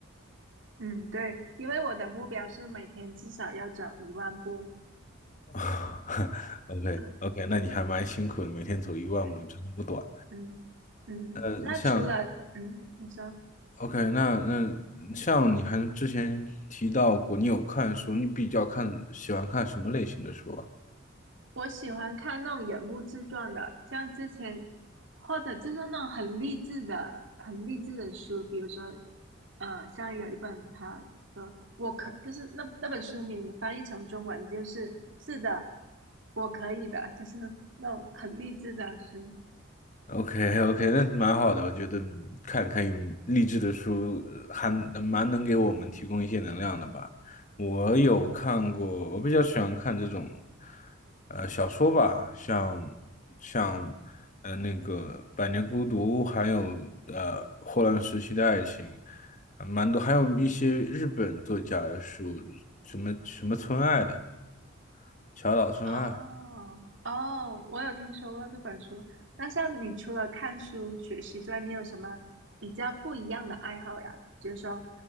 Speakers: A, on the right; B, on the left.
A: 嗯，对，因为我的目标是每天至少要走一万步。
B: <laughs> OK
A: <laughs>
B: OK，那你还蛮辛苦的，每天走一万步真的不短。
A: 对，嗯嗯，
B: 呃，
A: 那除了嗯，
B: 像
A: 你说，
B: OK，那那像你还之前提到过，你有看书，你比较看喜欢看什么类型的书啊？
A: 我喜欢看那种人物自传的，像之前或者就是那种很励志的、很励志的书，比如说，嗯、像有一本他说我可就是那那本书名翻译成中文就是是的，我可以的，就是那种很励志的书。
B: OK OK，那蛮好的，我觉得看看有励志的书，呃还蛮能给我们提供一些能量的吧。我有看过，我比较喜欢看这种，呃，小说吧，像像呃那个《百年孤独》，还有呃《霍乱时期的爱情》，还蛮多，还有一些日本作家的书，什么什么村爱的，小岛村爱，
A: 哦哦，我有听说过这本书。那像你除了看书学习之外，你有什么比较不一样的爱好呀？就是说，